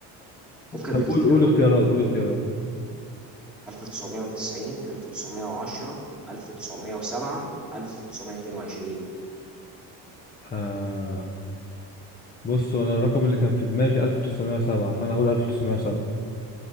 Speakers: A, in the centre; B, on the left (about 20°).
A: ممكن
B: طب
A: أديك
B: قول
A: اختيارات
B: قول اختيارات قول اختيارات
A: 1990 1910 1907 1922
B: آه بص وانا الرقم اللي كان في دماغي 1907 فانا اقول 1907